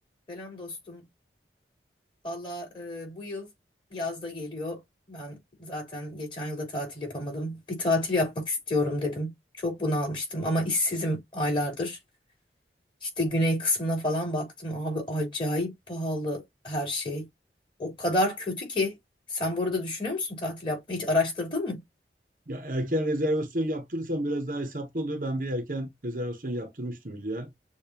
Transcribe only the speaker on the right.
Ya erken rezervasyon yaptırırsan biraz daha hesaplı oluyor. Ben bir erken rezervasyon yaptırmıştım Hülya.